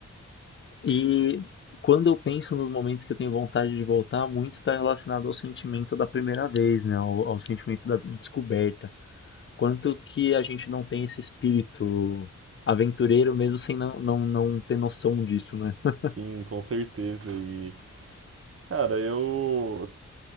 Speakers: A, on the left (about 45°); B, on the right (about 50°).
A: E quando eu penso nos momentos que eu tenho vontade de voltar, muito está relacionado ao sentimento da primeira vez, né? Ao, ao sentimento da descoberta. Quanto que a gente não tem esse espírito aventureiro mesmo sem não, não, não ter noção disso, né? <laughs>
B: Sim, com certeza. E, cara, eu